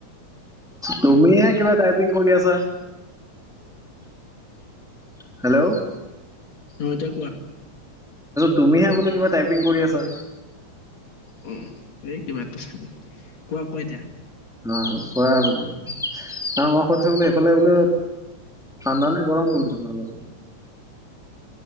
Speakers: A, in the centre; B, on the left.
A: তুমিহে কিবা টাইপিং কৰি আছা। হেল্ল'?
B: অ', এতিয়া কোৱা?
A: তুমি বুলো কিবা টাইিং কৰি আছা।
B: অ', এই কিবা এটা চাবি, কোৱা কোৱা এতিয়া?
A: অ', কোৱা বুলি, মই সুধিছো বোলো সফালে বোলো ঠানণ্ডানে গৰম তোমালোকৰ?